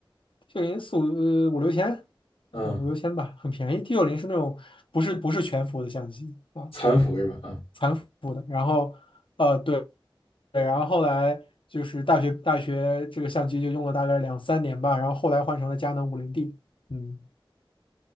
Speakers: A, on the left; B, on the left.
A: T 九零四五呃五六千
B: 嗯，
A: 啊五六千吧，很便宜。T 九零是那种不是不是全幅的相机啊，
B: 残幅是吧？嗯，
A: 残幅的。然后呃对对，然后后来就是大学大学这个相机就用了大概两三年吧，然后后来换成了佳能五零 D。嗯，